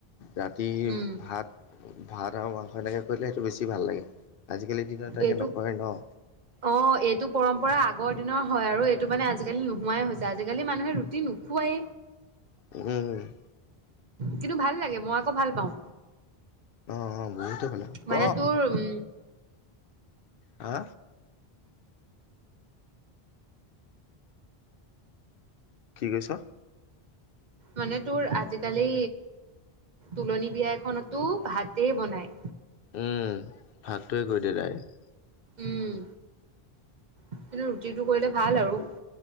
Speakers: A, on the left; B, on the right.
A: ৰাতি
B: উম
A: ভাত ভাত আৰু মাংস এনেকে কৰিলে সেইটো বেছি ভাল লাগে। আজিকালিৰ দিনত তেনেকে
B: এইটো
A: নকৰে ন।
B: অ, এইটো পৰম্পৰা আগৰ দিনৰ হয় আৰু এইটো মানে আজিকালি নোহোৱাই হৈছে। আজিকালি মানুহে ৰুটি নোখোৱায়ে।
A: উম'।
B: কিন্তু ভাল লাগে, মই আকৌ ভাল পাওঁ।
A: অ-অ, বহুতে ভালে,
B: মানে
A: ক
B: তোৰ উম
A: হা কি কৈছ?
B: মানে তোৰ আজিকালি, তুলনি বিয়া এখনতো ভাতে বনাই।
A: উম, ভাতটোৱে কৰি দিয়ে ডাইৰেক্ট।
B: উম, এনেও ৰুটি টো কৰিলে ভাল আৰু।